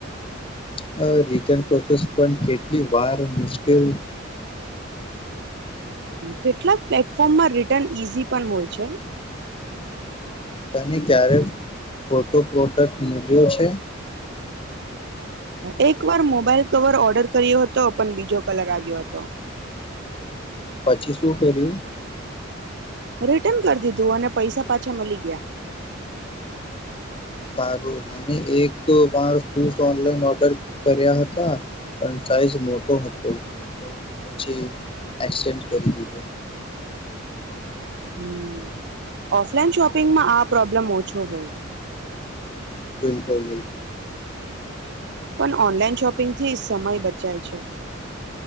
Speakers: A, on the left (about 30°); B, on the right (about 60°).
A: હ રિટર્ન પ્રોસેસ પણ કેટલી વાર મુશ્કેલ.
B: કેટલાક પ્લેટફોર્મમાં રિટર્ન ઈઝી પણ હોય છે.
A: ની ક્યારે ખોટો પ્રોડક્ટ મલ્યો છે.
B: અ એક વાર મોબાઈલ કવર ઓર્ડર કર્યો હતો પણ બીજો કલર આવ્યો હતો.
A: પછી શું કર્યું?
B: રિટર્ન કરી દીધું અને પૈસા પાછા મલી ગયા.
A: સારું મને એક વાર શૂઝ ઓનલાઈન ઓર્ડર કર્યા હતા પણ સાઈઝ મોટો હતો તો પછી એક્સેન્ડ કરી દીધો.
B: હમ, ઓફલાઈન શોપિંગમાં આ પ્રોબ્લેમ ઓછો હોય
A: બિલકુલ બિલકુલ.
B: પણ ઓનલાઈન શોપિંગથી સમય બચાય છે.